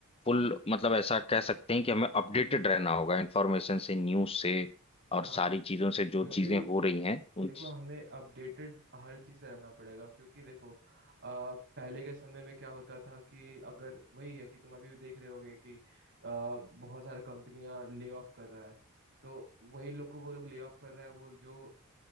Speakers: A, on the left (about 25°); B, on the right (about 55°).
A: फुल मतलब ऐसा कह सकते हैं कि हमें अपडेटेड रहना होगा इन्फॉर्मेशन से न्यूज से और
B: हाँ
A: सारी चीजों से
B: क्योंकि
A: जो चीजें हो रही हैं उन
B: देखो हमें अपडेटेड हर चीज से रहना पड़ेगा क्योंकि देखो अ, पहले के समय में क्या होता था कि अगर वही है कि तुम अभी भी देख रहे होगे कि अ, बहुत सारी कंपनियां ले ऑफ कर रहा है तो वही लोग को वो लोग ले ऑफ कर रहा है वो जो